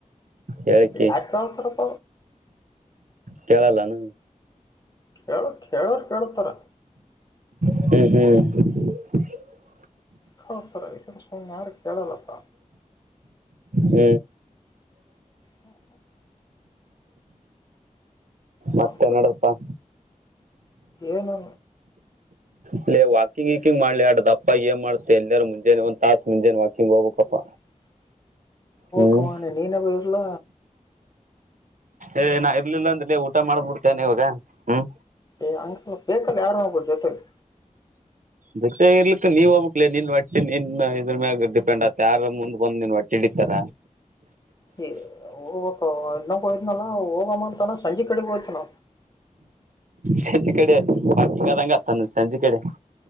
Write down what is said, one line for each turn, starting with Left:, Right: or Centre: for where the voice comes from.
Right: ಹೇಳಿಕಿ
Left: ಯಾಕ ಕ <unintelligible> ಸ್ರಪ
Right: ಕೇಳಲ್ಲಾನ
Left: ಕೇಳ ಕೇಳೋರ್ ಕೇಳತಾರ.
Right: ಹ್ಮ್ -ಹ್ಮ್
Left: ಹೌ -ಸರ ಸ ಯಾರು ಕೇಳಲ್ಲಪ್ಪ.
Right: ಹ್ಮ್
Left: ಹಾ <inaudible>
Right: ಮತ್ತೆನಡದಪ್ಪಾ
Left: ಅಂತ ಏನು
Right: ಅಲ್ಲ ವಕಿಂಗ್ ವಕಿಂಗ್ ಮಾಡ್ಲಿ ಆಡ್ದ ಅಪ್ಪಾ ಏನ್ ಮಾಡ್ತ ಎಲ್ಲಾರೂ ಮುಂಜಾನೆ ಒಂದ್ ತಾಸ ಮುಂಾನೆ ವಾಿಂಗ್ ಹೋಗ್ಬೇಕಪ್ಪ
Left: ಹ
Right: ಹ್ಮ್
Left: ಕಮಾನೆ ನೀನ ಬರ್ಲ.
Right: ಏ -ನಾ ಇರ್ಲಿಲ್ಲ ಅಂದ್ರಿಲ್ಲ ಊಟ ಮಾಡ್ಬ ಬಿಡ್ತೇನೆ ಇವಾಗ -ಹ್ಮ್,
Left: ಏ- ಹಂಗ ಸ್ವ ಬೇಕಲ್ಲ ಯಾರು ನಬಟ್ಟ ಜೊತೆಲಿ.
Right: ಜೊತೆ ಆಗರ್ಲಿಕ್ಕೆ ನೀವ ಹೋಗಬೇಕ್ಲೆ ನಿನ್ ಒಟ್ಟಿ ನಿನ್ ಇದ್ರ ಮ್ಯಾಗ ಡಿಪೆಂಡ್ ಆಗ್ತ ಯಾರ ಮುಂದ್ ಒಂದ ನಿನ್ ಒಟ್ಟಿ ಈ ತರ
Left: <unintelligible> ಏನೊಬ್ಬಯಿದನಲ್ಲ ಹೋಗಮಂತಾನ ಸಂಜ ಕಡೆ ಹೋತನ
Right: ಸಂಜೆ ಕಡೆ ಪಾಕಿಂಗ್ ಅದಂಗಗೆ ಅತ್ತಾನ ಸಂಜೆ ಕಡೆ